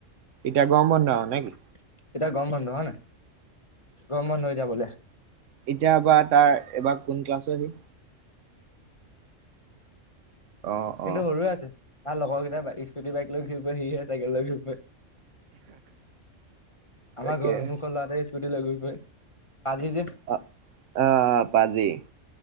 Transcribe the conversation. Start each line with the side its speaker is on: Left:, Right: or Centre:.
Right: এতিয়া গৰম বন্ধ আৰু
Left: এতিয়া
Right: নে কি?
Left: গৰম বন্ধ হ'য়নে গৰম বন্ধ এতিয়া বোলে।
Right: এতিয়া বা তাৰ এবাৰ কোন ক্লাছৰ হি? অ',
Left: কিন্তু
Right: অ',
Left: সৰু <unintelligible> আছে তাৰ লগৰ কেইটা বা স্কুটি, বাইক লৈ ঘূৰি ফুৰে হিহে চাইকেল লৈ ঘূৰি ফুৰে। আমাৰ
Right: তাকে।
Left: ঘৰৰ সন্মুখৰ লৰাতোয়ে স্কুটি লৈ ঘূৰি ফুৰে। পাজি যে
Right: অ, আহ পাজি